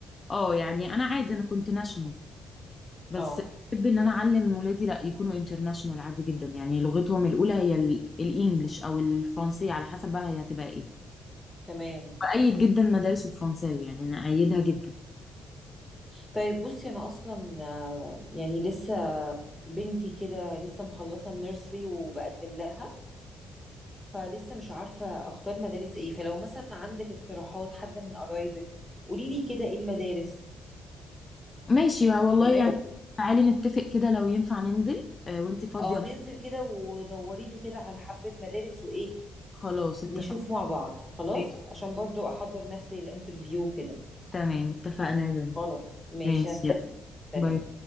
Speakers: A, on the left (about 30°); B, in the centre.
A: اه يعني انا عادي انا كنت ناشونال بس
B: اه
A: بحب ان انا اعلم ولادي لا يكونوا انترناشونال عادي جدا يعني لغتهم الاولى هي ال- الانجليش او الفرنسيه على حسب بقى هي هتبقى ايه
B: تمام
A: بأيد جدا مدارس الفرنساوي يعني انا ايدها جدا
B: طيب بصي انا اصلا آه، يعني لسه بنتي كده لسه مخلصه النيرسري وبقدم لها فلسه مش عارفه اختار مدارس ايه فلو مثلا عندك اقتراحات حد من قرايبك قولي لي كده ايه المدارس
A: ماشي ها والله
B: تمام
A: يعني تعالي نتفق كده لو ينفع ننزل آه وانتي فاضيه
B: اه ننزل كده ودوري لي كده على حبه مدارس وايه
A: خلاص
B: نشوف
A: اتفقنا
B: مع بعض خلاص
A: ماشي.
B: عشان برضو احضر نفسي الانترفيو كده
A: تمام اتفقنا يا دنيا
B: خلاص ماشي
A: ماشي
B: هستني
A: يلا
B: سلام
A: باي